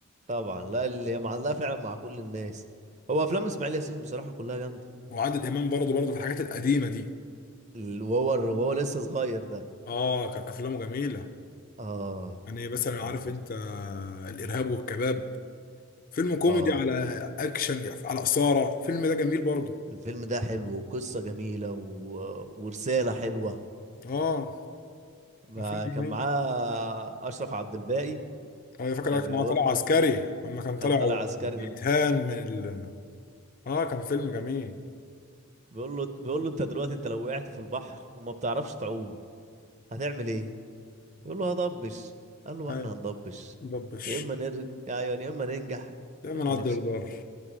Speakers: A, on the right (about 30°); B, on the left (about 40°).
A: طبعا لا اللي معلقة فعلا مع كل الناس هو افلام اسماعيل ياسين بصراحة كلها جامدة
B: وعادل امام برضه برضه في الحاجات القديمه دي
A: ال- وهو وهو لسه صغير ده
B: اه كان افلامه جميله
A: اه
B: يعني مثلا
A: تفكرت
B: عارف انت الارهاب والكباب فيلم كوميدي
A: اه
B: على اكشن على اثاره الفيلم ده جميل برضه
A: الفيلم ده حلو وقصة جميلة و... ورسالة حلوة
B: اه
A: ما
B: كان فيلم
A: كان
B: جميل
A: معاه أشرف عبد الباقي
B: انا فاكر
A: فبيقول
B: كان هو طالع
A: له
B: عسكري اما كان
A: كان
B: طالع
A: طالع عسكري
B: بيتهان
A: في ال...
B: من ال... اه كان فيلم جميل
A: بيقول له بيقول له انت دلوقتي انت لو وقعت في البحر وما بتعرفش تعوم هتعمل ايه؟ بيقول له هضبش قال له ما
B: ايوه
A: احنا هنضبش
B: دبش
A: يا اما نرجع يعني يا اما ننجح
B: دايما
A: يا اما
B: عدل
A: نفشل
B: البر